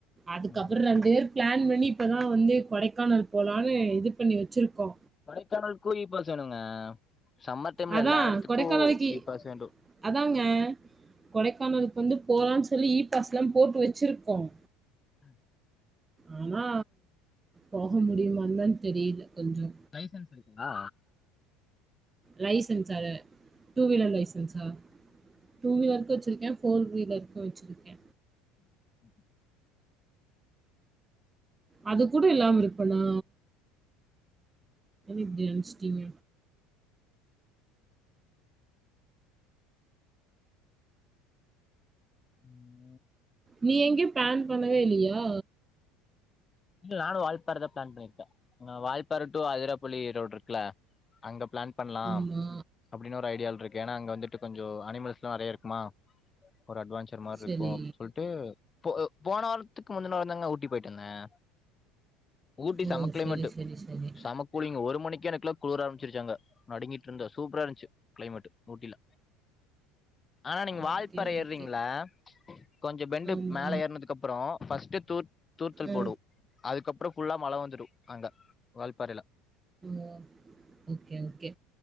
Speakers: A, on the right (about 20°); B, on the left (about 25°).
A: அதுக்கப்றந்து
B: ஆ
A: ப்ளான் பண்ணி இப்பதா வந்து கொடைக்கானல் போலான்னு இது பண்ணி வச்சுருக்கோ
B: கொடைக்கானலுக்கும் ஈ பாஸ்ணுங்க சம்மர் டைம்ல
A: அதா
B: எல்லா இடத்துக்கும்
A: கொடைக்கானலுக்கு
B: ஈ பாஸீ வேண்டும்
A: அதாங்க கொடைக்கானலுக்கு வந்து போறௌன் சொல்லி ஈ பாஸ் எல்லாம் போட்டு வச்சிருக்கோம்
B: ம்
A: ஆனா போக முடியுமான்ந்தா தெரில கொஞ்சோ
B: லைசென்ஸ் இருக்கா
A: லைசென்ஸாரு டூ வீலர் லைசென்ஸா டூ வீலர் த்து வச்சிருக்கே ஃபோர் வீலர்க்கு வச்சிருக்கே
B: ம்
A: அது கூட எல்லாம் இருப்பலா இப்படி நினச்சுட்டீங்க
B: ம்
A: நீ எங்கயோ பேன் பண்ணவே இல்லையா
B: இல்ல நானும் வால்பாற தா பிளான் பண்ணியிருக்கேன் வால்பாற டு ஆதிரப்பள்ளி ரோடு இருக்குல அங்க பிளான் பண்லாம்
A: ஆமா.
B: அப்படின்னு ஒரு ஐடியாவ்ல இருக்கு ஏன்னா அங்க வந்துட்டு கொஞ்சம் அனிமல்ஸ்ல்லாம் நிறைய இருக்குமா ஒரு அட்வான்ஜ் ஜர் மாரி
A: சரி.
B: இருக்கும் அப்படின்னு சொல்லிட்டு போ போன வாரத்துக்கு முந்தின வாரொ தாங்க ஊட்டி போயட்டு வந்தேன் ஊட்டி
A: ஓ!
B: செம கிளைமேட்டு
A: சரி, சரி, சரி.
B: செம கூலிங் ஒரு மணிக்கு எனக்குல குளிர் ஆரம்பச்சிருச்சாங்க நடுங்கிட்டு இருந்தா சூப்பரா இருந்துச்சு கிளைமேட்டு ஊட்டில ஆனா நீங்க வால்பாற
A: ஓகே, ஓகே.
B: ஏறுறீங்களா கொஞ்சம் பெண்டு
A: ஆமா.
B: மேலே ஏறனதுக்கு அப்புறம் ஃபஸ்ட் தூத் தூர்த்தல்
A: அ.
B: போடும் அதுக்கப்புறம் ஃபுல்லா மழ வந்துரும் அங்க வால்ப்பாறைல
A: ஓ ஓகே ஓகே